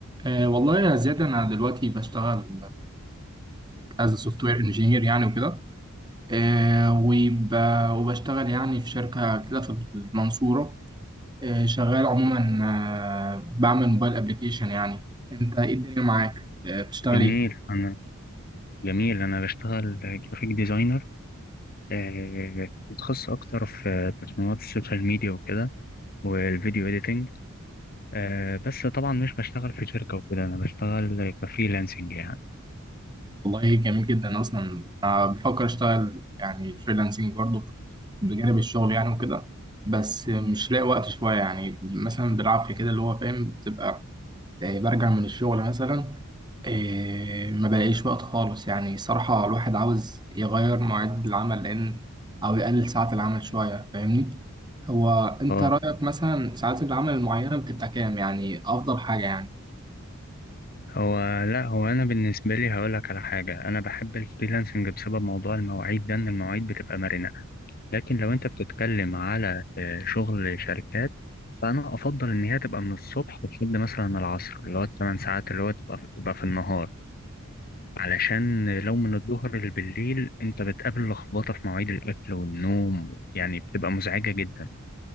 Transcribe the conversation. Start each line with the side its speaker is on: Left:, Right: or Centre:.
Right: أه والله يا زياد أنا دلوقتي بشتغل از سوفت وير انجينير يعني وكده أه وب- وبشتغل يعني في شركة كده في المنصورة أه شغال عموما أه بعمل موبايل ابلكيشن يعني أنت إيه الدنيا معاك؟ أه بتشتغل
Left: جميل
Right: إيه؟
Left: أنا جميل أنا بشتغل جرافيك ديزاينر آه، متخصص أكتر في تصميمات السوشيال ميديا وكده والفيديو إيديتنج آه، بس طبعا مش بشتغل في شركة وكده أنا بشتغل كفريلانسنج يعني
Right: والله جميل جدا أصلا أه بفكر أشتغل يعني فريلانسنج برضه بجانب الشغل يعني وكده بس مش لاقي وقت شوية يعني مثلا بالعافية كده اللي هو فاهم بتبقى آه، برجع من الشغل مثلا آه، ما بلاقيش وقت خالص يعني صراحة الواحد عاوز يغير مواعيد العمل لأن أو يقلل ساعات العمل شوية فاهمني هو أنت
Left: اه
Right: رأيك مثلا ساعات العمل المعينة بتبقى كام يعني أفضل حاجة يعني
Left: هو لا هو أنا بالنسبة لي هقولك على حاجة أنا بحب الفريلانسنج بسبب موضوع المواعيد ده إن المواعيد بتبقى مرنة لكن لو أنت بتتكلم على آه، شغل شركات فأنا أفضل إن هي تبقى من الصبح لحد مثلا العصر اللي هو الثمان ساعات اللي هو تبقى تبقى في النهار علشان لو من الظهر للبالليل انت بتقابل لخبطة في مواعيد الأكل والنوم يعني بتبقى مزعجة جدا